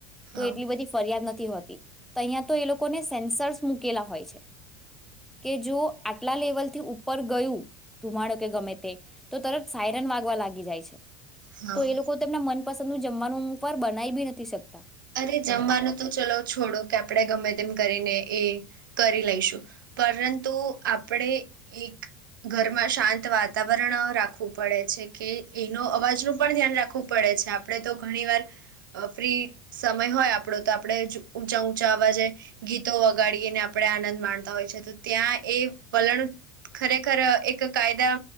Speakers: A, on the right; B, in the centre.
A: હા
B: તો એટલી બધી ફરિયાદ નથી તો અહીયાંયા તો એ લોકોને સેન્સર્સ મૂકેલા હોય છે કે જો આટલા લેવલથી ઉપર ગયું ધુમાડો કે ગમે તે તો તરત સાયરન વાગવા લાગી જાય છે.
A: હા
B: તો એ લોકો તેમના મન પસંદું જમવાનું હું પણ બનાવી બી નથી શક
A: અરે જમવાનું તો ચલો છોડો કે આપડે ગમે તેમ કરીને એ કરી લઈશું પરંતુ આપણે એક ઘરમાં શાંત વાતાવરણ રાખવું પડે છે કે એનો અવાજનું પણ ધ્યાન રાખવું પડે છે. આપણે તો ઘણી વાર ફ્રી સમય હોય આપણો તો આપણે ઊંચા ઊંચા અવાજે ગીતો વગાડીને આપણે આનંદ માણતા હોય છે તો ત્યાં એ વલણ ખરેખર એક કાયદા